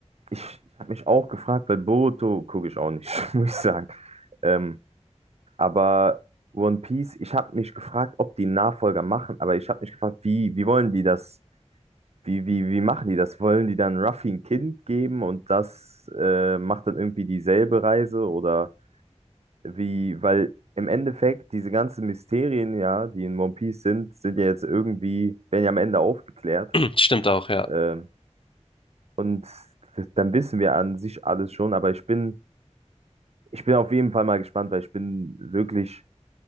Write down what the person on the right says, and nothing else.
ich ich habe mich auch gefragt, weil Boruto gucke ich auch nicht, <laughs> muss ich sagen. Ähm, aber One Piece, ich habe mich gefragt, ob die einen Nachfolger machen, aber ich habe mich gefragt, wie, wie wollen die das Wie, wie, wie machen die das? Wollen die dann Ruffy ein Kind geben und das äh, macht dann irgendwie dieselbe Reise? Oder wie, weil im Endeffekt diese ganzen Mysterien, ja, die in One Piece sind, sind ja jetzt irgendwie, werden ja am Ende aufgeklärt.
Ähm, und dann wissen wir an sich alles schon, aber ich bin, ich bin auf jeden Fall mal gespannt, weil ich bin wirklich,